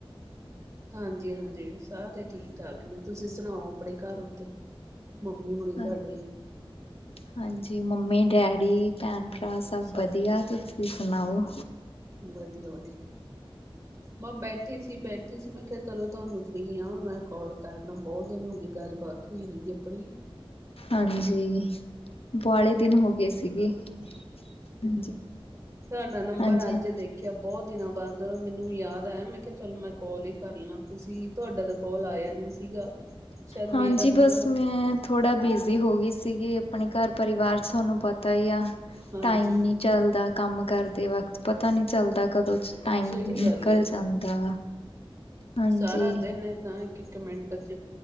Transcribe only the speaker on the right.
ਹਾਂਜੀ-ਹਾਂਜੀ ਸਾਰੇ ਠੀਕ ਠਾਕ ਨੇ, ਤੁਸੀਂ ਸੁਣਾਓ ਆਪਣੇ ਕਾਰ ਔਥੇ? ਮੰਮੀ ਹਣੀ
ਤੁਹਾਡੇ
ਸਾਰੇ
ਵਧੀਆ ਵਧੀ ਮੈਂ ਬੈਠੀ ਸੀ। ਬੈਠੀ ਸੀ। ਮੈਂ ਕਿਹਾ ਚਲੋ ਤੁਹਾਨੂੰ ਫ੍ਰਰੀ ਹਾਂ ਮੈਂ ਕਾਲ ਕਰ ਲਾਂ ਬਹੁਤ ਦਿਨ ਹੋ ਗਈ ਗੱਲਬਾਤ ਤੁ ਨੀ ਜੇ ਆਪਣੀ
ਸਾਡਾ ਨੰਬਰ
ਅੱਜ
ਦੇ ਖਿਆ ਬਹੁਤ ਦਿਨਾਂ ਬਾਅਦ ਮੈਨੂੰ ਯਾਦ ਆਇਆ। ਮੈਂ ਕਿਹਾ ਚਲ ਮੈਂ ਕਾਲ ਹੀ ਕਰ ਲਾਂ ਤੁਸੀਂ ਤੁਹਾਡਾ ਤਾਂ ਕੋਲ ਆਇਆ ਨੀ ਸੀਗਾ ਸ਼ਾਇਦ
ਮੇਰਾ ਨੰਬਰ
ਹਾਂਜੀ
ਸਹੀ
ਗੱਲ ਹੈ ਤਾਂ
ਸਾਰਾ ਦਿਨ ਇਹ ਤਾਂ ਇੱਕ ਮਿੰਟ ਚ